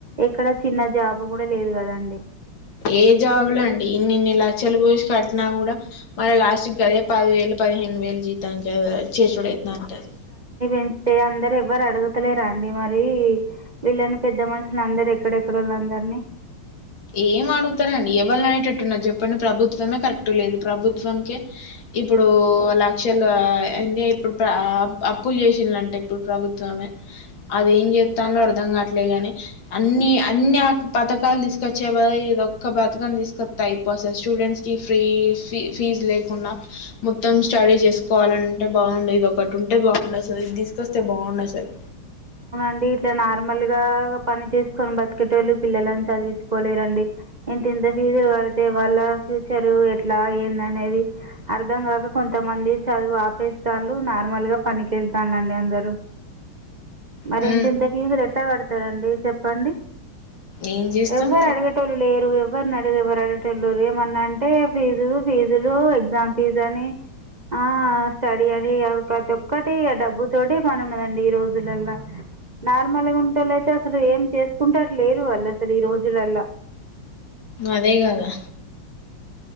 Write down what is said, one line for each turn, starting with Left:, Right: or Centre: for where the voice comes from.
Right: ఎక్కడ చిన్న జాబ్ కూడా లేదు కదండి
Left: ఏ జాబ్లా అండి ఇన్ని ఇన్ని లక్షలు పోసి కట్టినా కూడా మల్ల లాస్ట్గదే పది వేలు పదిహేను వేలు జీతానికి కవ్ చేసిూడైతాంటది
Right: అంతే అందరు ఎవ్వరు అడుగుతలేరా అండి మరి రి వీళ్ళని పెద్ద మనుషులు అందరు ఎక్కడెక్కడోళ్ళందర్నీ
Left: ఏం అడుగుతరండి ఎవల్ననేట్ ట్టున్నది చెప్పండి ప్రభుత్వమే కరెక్ట్ లేదు ప్రభుత్వంకే ఇప్పుడు ల క్షలా ఎంది ఇప్పుడు ప్ర అ అప్పులు చేసిలంట ఇప్పుడు ప్రభుత్వమే అదేం చేస్తాండో అర్ధం కావట్లే గాని అన్ని అన్ని అక్ పతకాలు తీస్ బదుల్ ఇదొక్క పథకం తీసుకొస్తే అయిపోవ్ అసల్ స్టూడెంట్స్ కి ఫ్రీ ఫీ ఫీజ్ లేకుండా మొత్తం స్టడీ చేసుకోవాలంటే బాగుండు ఇదోక్ ఒకటుంటే బాగుండస్సల్ ఇది తీసుకొస్తే బాగుండసల్
Right: ండి ఇట్లా నార్మల్ గా పని చేసుకొని బతికేటోళ్ళు పిల్లలని చదివించుకోలేరండి ఇంతింత ఫీజులు కడితే వాళ్ళ ఫ్యూచర్ ఎట్లా ఏంది అనేది అర్థం కాక కొంతమంది చదువు ఆపేస్తాళ్ళు నార్మల్ గా పనికేల్తాండి అందరు మరి
Left: హ్మ్
Right: ఇంతింత ఫీజులు ఎట్లా కడుతారండి చెప్పండి
Left: ఏం చేస్తాం
Right: ఎవ్వరు అడిగేటోలు లేరు ఎవ్వర్ డ్ న ఎవరడ్ అ చెల్లూరు ఏమన్నా అంటే ఫీజు ఫీజులు ఎగ్జామ్ ఫీజు అని ఆ స్టడీ అది కద్ ప్రతి ఒక్కటి డబ్బు తోటి పని ఉన్నదండి ఈ రోజు జూలల్లా నార్మల్గా ఉంటేళ్ళైతే అసలు ఏం చేసుకుంటట్లు లేరు వాళ్ళు అసలు ఈ రోజులల్ల
Left: అదే కాదా